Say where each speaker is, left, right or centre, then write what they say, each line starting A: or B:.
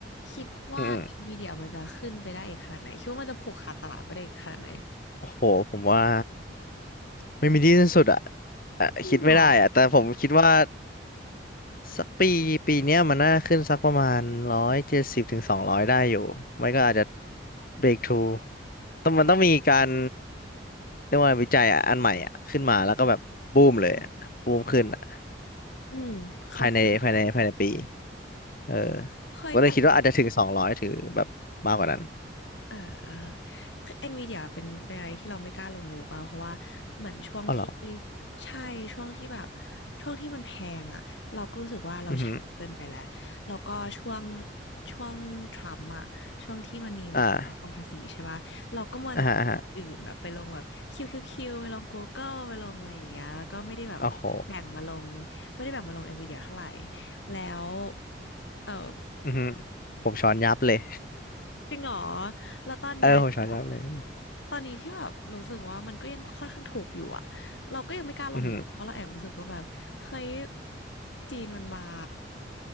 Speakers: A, on the left; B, on the left.
A: คิดว่า
B: อืม
A: NVIDIA มันจะขึ้นไปได้อีกขนาดไหนคิดว่ามันจะผูกขาดตลาดไปได้อีกขนาดไหน
B: ๆโอ้โหผมว่าไม่มีที่สิ้นสุดอ่ะอ่ะคิดไม่ได้อ่ะแต่ผมคิดว่า
A: จริงเหรอ
B: สักปีปีเนี้ยมันน่าขึ้นสักประมาณร้อยเจ็ดสิบถึงสองร้อยได้อยู่ไม่ก็อาจจะเบรกทูต้องมันต้องมีการเรียกว่าวิจัยอะอันใหม่อ่ะขึ้นมาแล้วก็แบบบูมเลยอะบูมขึ้นอะ
A: อืมอืมเข้าใจ
B: ภายในภายในภายในปี เออ
A: เฮ้ยแต่เรา
B: ก็เลยคิดว่าอาจจะถึงสองร้อยถือแบบมากกว่านั้น
A: อ่าคือเอ็นวีเดียเป็นเป็นอะไรที่เราไม่กล้าลงเลยหรือเปล่าเพราะว่าเหมือนช่วงที่
B: อ๋อเหรอ
A: ใช่ช่วงที่แบบช่วงที่มันแพงอ่ะเราก็รู้สึกว่าเราช้าเกินไปแล้วแล้วก็ช่วง
B: อือหือ
A: ช่วงทรัมป์อ่ะช่วงที่มันมีแบบความภาษีใช่ป่ะเราก็มัวแต่ไปลงอื่นแบบไปลงแบบคิวคิวคิวไปลง
B: อ่าอ่าฮะอ่าฮะ
A: Google ไปลงอะไรอย่างเงี้ยแล้วก็ไม่ได้แบบแบ่งมาลงไม่ได้แบ่งมาลงเอ็นวีเดียเท่าไหร่
B: โอ้โห
A: แล้วเอ่อ
B: อือหือผมช้อนยับเลย
A: จริงเหรอแล้วตอนเนี้ยแบบ
B: <laughs> เออผมช้อนยับเลย
A: ตอนนี้ที่แบบรู้สึกว่ามันก็ยังค่อนข้างถูกอยู่อะเราก็ยังไม่กล้าลงอยู่ดีเพราะเราแอบรู้สึกว่าแบบเฮ้ย
B: อือหือ
A: จีนมันมา